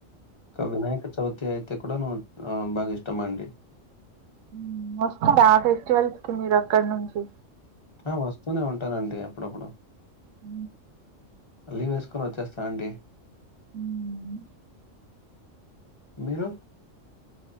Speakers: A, on the left; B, on the right.
A: ఒక వినాయక చవితి అయితే కూడావు బాగా ఇష్టం అండి
B: హ్మ్ వస్తారా ఆ ఫెస్టివల్స్ కి మీరు అక్కడి నుంచి
A: ఆ వస్తూనే ఉంటానండి అప్పుడప్పుడు
B: ఉ
A: లీవ్ వేసుకొని వచ్చేస్తా అండి
B: మ్మ్
A: మీరు